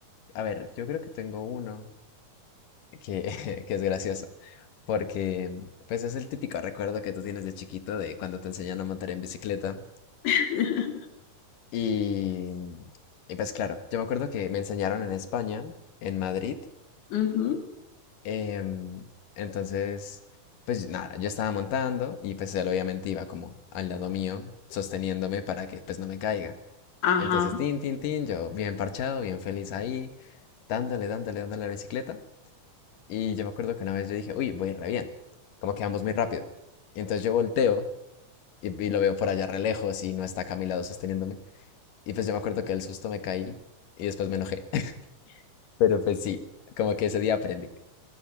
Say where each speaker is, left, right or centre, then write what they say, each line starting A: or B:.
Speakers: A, on the left; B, on the left.
A: a ver, yo creo que tengo uno que, <laughs> que es gracioso, porque mm, pues es el típico recuerdo que tú tienes de chiquito de cuando te enseñan a montar en bicicleta.
B: <laughs>
A: Y, mm, y, pues claro, yo me acuerdo que me enseñaron en España, en Madrid.
B: Ujú,
A: em, entonces, pues nada, yo estaba montando y pues él obviamente iba como al lado mío, sosteniéndome para que pues no me caiga.
B: Ajá.
A: Entonces, tin, tin, tin, yo bien parchado, bien feliz ahí, dándole, dándole, dándole a la bicicleta. Y yo me acuerdo que una vez yo dije, uy, voy re bien, como que vamos muy rápido. Y entonces yo volteo y, y lo veo por allá re lejos y no está acá a mi lado sosteniéndome. Y pues yo me acuerdo que el susto me caí y después me enojé. <laughs> Pero pues sí, como que ese día aprendí.